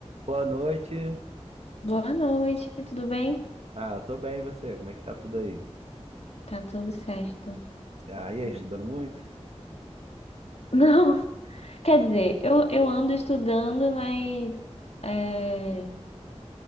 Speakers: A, on the right; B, on the left.
A: Boa noite.
B: Boa noite, tudo bem?
A: Ah, tô bem, e você? Como é que tá tudo aí?
B: Tá tudo certo.
A: Ah, e aí,
B: <laughs>
A: estudando muito?
B: Não, quer dizer, eu, eu ando estudando, mas é, o